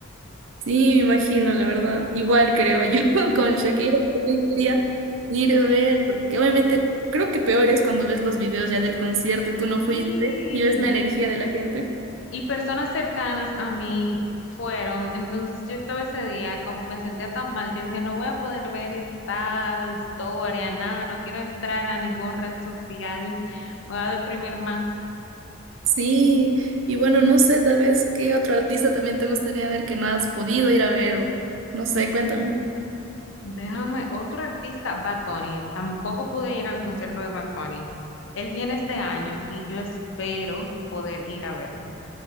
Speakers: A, on the right (about 70°); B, on the left (about 65°).
A: Sí, me imagino, la verdad. Igual creo yo <laughs> con Shakira también quería ir a ver, porque obviamente creo que peor es cuando ves los videos ya del concierto y tú no fuiste
B: Sí,
A: y ves la energía de la gente.
B: y personas cercanas a mí fueron. Entonces yo estaba ese día, como me sentía tan mal, yo dije, no voy a poder ver estado, historia, nada, no quiero entrar a ningún red social, me voy a deprimir más.
A: Sí, y bueno, no sé, tal vez qué otro artista también te gustaría ver que no has podido ir a ver o no sé, cuéntame.
B: Déjame, otro artista, Bad Bunny, tampoco pude ir al concierto de Bad Bunny. Él viene este año y yo espero poder ir a verlo.